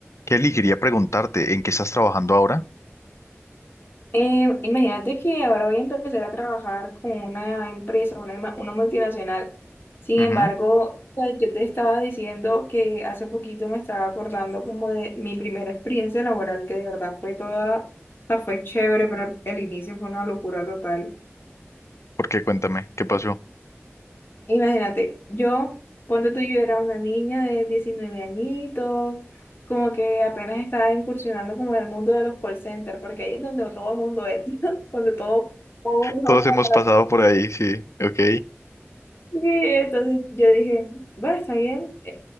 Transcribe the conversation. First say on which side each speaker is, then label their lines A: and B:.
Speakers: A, on the left; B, on the left.
A: Kelly, quería preguntarte, ¿en qué estás trabajando ahora?
B: Em, imagínate que ahora voy a empezar a trabajar con una empresa, una, ma- una multinacional. Sin
A: Ujú,
B: embargo, pues, yo te estaba diciendo que hace poquito me estaba acordando como de mi primera experiencia laboral, que de verdad fue toda, o sea, fue chévere, pero el inicio fue una locura total.
A: ¿Por qué? Cuéntame, ¿qué pasó?
B: Imagínate, yo, ponte tú, yo era una niña de 19 añitos, como que apenas estaba incursionando como en el mundo de los call centers, porque ahí es donde todo el mundo entra, <laughs> donde todo... Pobre joven,
A: Todos hemos pasado por ahí, sí. Ok,
B: Sí, entonces yo dije, bueno, está bien, eh,